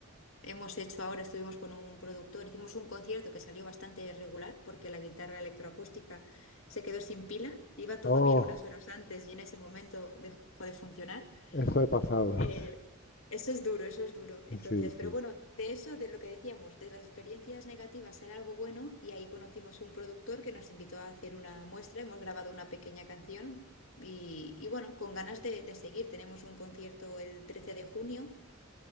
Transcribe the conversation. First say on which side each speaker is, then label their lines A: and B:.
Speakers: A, on the left; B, on the left.
A: Hemos hecho ahora, estuvimos con un productor, hicimos un concierto que salió bastante regular porque la guitarra electroacústica se quedó sin pila, iba todo
B: Oh,
A: bien unas horas antes y en ese momento dejó de funcionar.
B: eso he pasado. <laughs>
A: Eh, eso es duro, eso es duro. Entonces,
B: Sí, sí.
A: pero bueno, de eso, de lo que decíamos, de las experiencias negativas, ser algo bueno y ahí conocimos un productor que nos invitó a hacer una muestra, hemos grabado una pequeña canción. Y, y bueno, con ganas de, de seguir. Tenemos un concierto el 13 de junio,